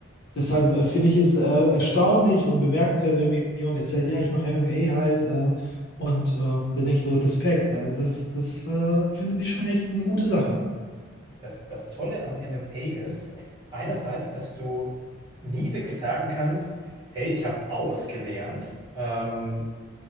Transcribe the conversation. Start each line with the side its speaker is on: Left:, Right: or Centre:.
Left: deshalb äh, finde ich es äh, erstaunlich und bemerkenswert, wenn mir jemand erzählt, ja, ich mache MMA halt. Äh, und äh, da denke ich so, Respekt, äh, das, das äh, finde ich schon echt eine gute Sache.
Right: Das, das Tolle am MMA ist, einerseits, dass du nie wirklich sagen kannst, hey, ich habe ausgelernt. Ähm,